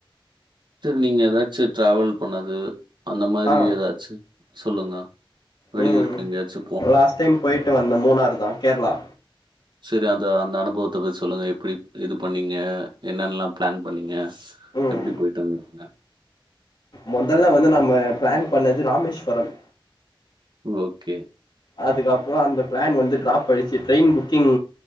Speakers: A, on the right (about 60°); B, on the left (about 60°).
A: செரி நீங்க எதாச்சு ட்ராவல் பண்ணது அந்த மாதிரி
B: ஆ
A: எதாச்சு சொல்லுங்க வெளியூருக்கு
B: ம்
A: எங்கயாச்சு
B: லாஸ்ட் டைம் போயிட்டு வந்த மூணாறுதா கேரளா
A: செரி அந்த அந்த அனுபுவத்த பத் சொல்லுங்க எப்டி இது பண்ணீங்க என்னன்லா பிளான் பண்ணீங்க
B: ம்
A: எப்டி பொயிட்டு வந்திங்க
B: மொதல்ல வந்து நம்ம பிளான் பண்ணது ராமேஸ்வரம்
A: ஓகே
B: அதுக்கப்பறோ அந்த பிளான் வந்து ட்ராப் ஆயிட்ச்சி ட்ரெயின் புக்கிங்